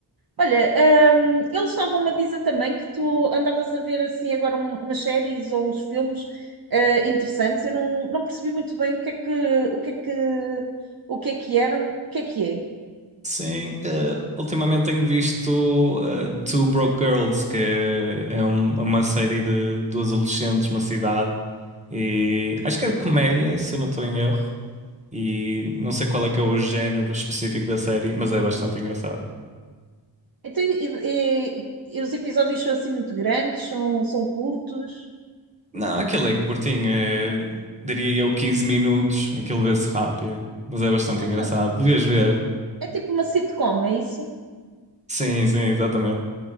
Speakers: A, on the right; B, on the right.
A: Olha, hum, eles estavam-me a dizer também que tu andavas a ver assim agora um- umas séries ou uns filmes eh, interessantes. Eu não, não percebi muito bem o que é que o que é que o que é que eram, o que é que é.
B: Sim, eh, ultimamente tenho visto eh, Two Broke Girls, que é, é um- é uma série de duas adolescentes numa cidade. E acho que é de comédia, se não estou em erro. E não sei qual é que é o género específico da série, mas é bastante engraçado.
A: Então, e, e- e os episódios são assim muito grandes, são, são curtos.
B: Não, aquilo é curtinho, é, diria eu quinze minutos, aquilo vê-se rápido, mas é bastante
A: Ah,
B: engraçado. Devias ver.
A: é tipo uma sitcom, é isso?
B: Sim, sim, exatamente.